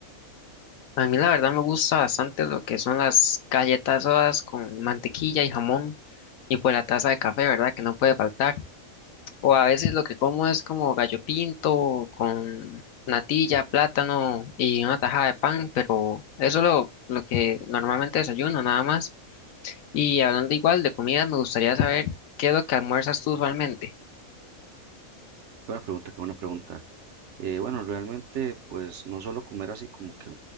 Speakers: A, on the left; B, on the right.
A: A mí la verdad me gusta bastante lo que son las galletas sodas con mantequilla y jamón y pues la taza de café, ¿verdad? Que no puede faltar. O a veces lo que como es como gallo pinto con natilla, plátano y una tajada de pan, pero eso es lo, lo que normalmente desayuno, nada más. Y hablando igual de comida, me gustaría saber qué es lo que almuerzas tú usualmente.
B: Qué buena pregunta, qué buena pregunta. Eh, bueno, realmente, pues no solo comer así como que